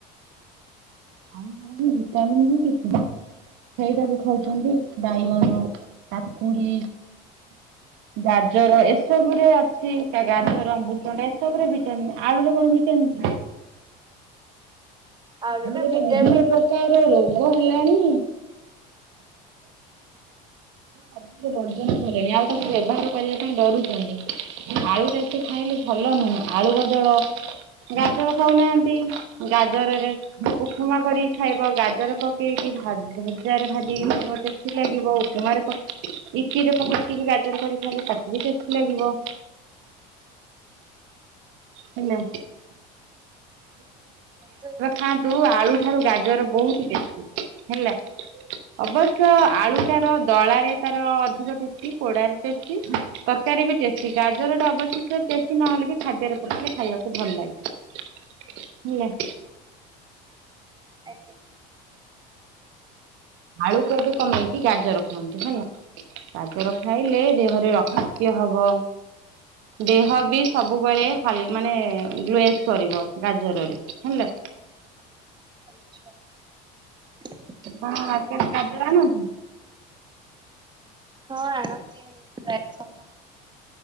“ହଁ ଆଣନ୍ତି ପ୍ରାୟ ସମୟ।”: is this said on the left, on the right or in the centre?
Right